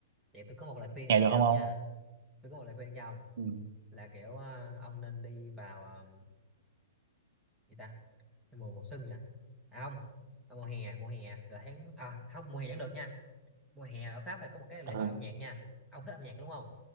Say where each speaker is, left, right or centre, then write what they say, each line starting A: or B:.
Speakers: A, in the centre; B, on the right (about 60°).
A: vậy tôi có một lời khuyên
B: hè
A: dành
B: được
A: cho
B: không
A: ông
B: không
A: nha tôi có một lời khuyên cho ông
B: ừ.
A: là kiểu ờ, ông nên đi vào ờ, gì ta mùa mùa xuân nha à không ờ, mùa hè mùa hè là tháng à không mùa hè vẫn được nha mùa hè ở Pháp thì có một cái lễ
B: Ừ.
A: hội âm nhạc nha ông thích âm nhạc đúng không